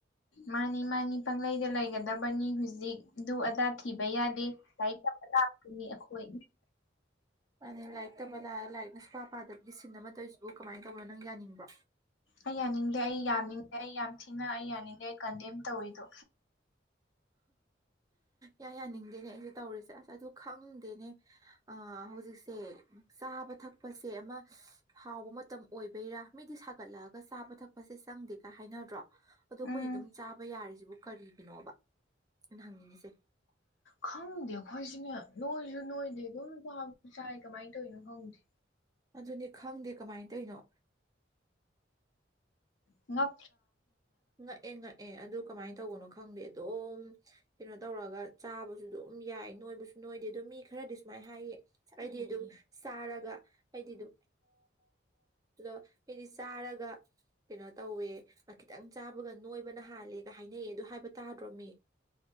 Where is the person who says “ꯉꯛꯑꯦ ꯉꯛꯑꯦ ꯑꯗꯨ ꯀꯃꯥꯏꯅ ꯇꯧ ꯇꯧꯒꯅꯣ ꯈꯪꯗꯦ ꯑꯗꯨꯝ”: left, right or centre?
Right